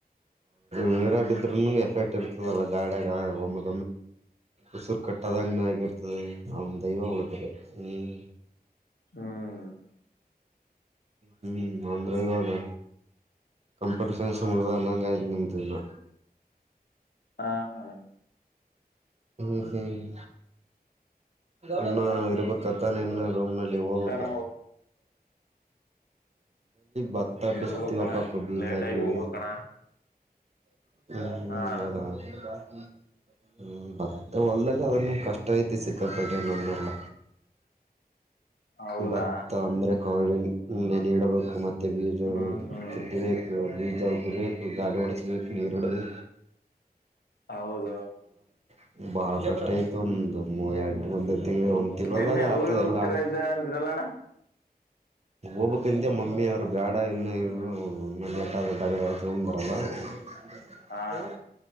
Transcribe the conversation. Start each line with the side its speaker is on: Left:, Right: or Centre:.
Right: ನೀರ ಬಿದ್ರ ಮೇಲೆ ಎಫೆಕ್ಟ್ ಇರ್ತದಲ್ಲ ಗಾಡಿಯಾಗ ಒಮ್ಮ ಉಸಿರು ಕಟ್ಟದ ತಂಗ ಆಗಿರ್ತದೆ ಅವ್ನ್ ದೈವ ಉಳಿದ್ರೆ ಹ್ಮ್
Left: ಹ್ಮ್
Right: ಹ್ಮ್ ಆಂಧ್ರಾಯಬಾದ ಕಂಪ್ಯೂಟರ್ ಸೈನ್ಸ್ ಮೂ ಅಂದಂಗ ಆಯ್ತು ನಿಮ್ದ ಇನ್ನು
Left: ಹಾ ಹ
Right: ಹ್ಮ್ ಹ್ಮ್ ಅನ್ನ ಇರ್ಬೇಕತ ನಿ ಇನ್ ಓಮೆಲೆ ಹೋಗ್ಬೇಕ
Left: ಕಣ
Right: ಬತ ಬಸ್ತಿಯಪಾಕ
Left: ಇರ್ಬೇಕಣ
Right: ಭೀಜಾಕ್ಕೆವೇ
Left: ಲೇಟ್ ಆಗಿ ಹೋಗ್ಬೇಕಣ
Right: ಹಲ್ಲಾ
Left: ಹಾ ಅಣ್ಣ
Right: ಹ್ಮ ಹೊಲ್ದಲ್ಲಿ ಅದನ್ನು ಕಷ್ಟ ಐತಿ ಸಿಕ್ಕಾಪಟ್ಟೇವ ನನ್ನಲ್ಲ
Left: ಹೌದಾ
Right: ಭತ್ತ ಅಂದ್ರೆ ಕಳಿಣ ನೆನ ಇಡ್ಬೇಕು ಮತ್ತುತ್ತೆ ಬೀದ
Left: ಹ್ಮ್ ಹ್ಮ್
Right: ಚಿುತ್ತಬೇಕು ಬೀಜದ ಹಗಬೇಕು ಗಾಡು ಉಡಚ ನೀರುಡದು
Left: ಹೌದು
Right: ಅ ಬಹಳ ಕಷ್ಟ ಆಯತ ಒಂದು ಮೂ ಎರಂಟ ಒಂದ ತಿಿ ಒಂದ್ ತಿನ್ಳದಾಗ
Left: ನಿನ್ನೆ
Right: ಆತದೆ
Left: ಊರ್ ಹೋಗ್ತಾರ
Right: ಎಲ್ಲ
Left: ಇದ್ದಾರ ಅಂದ್ರಲ್ಲಣ್ಣ
Right: ಹೋಗ್ಕ್ಿಂದೆ ಮಮ್ಮಿ ಅವ್ರು ಬೇಡ ಇನ್ನ ಇರು ಇ ಲೇಾದ ಡಗದ ತಂದ ಬರಲ್ಲ ಸ
Left: ಹಾ ಅಣ್ಣ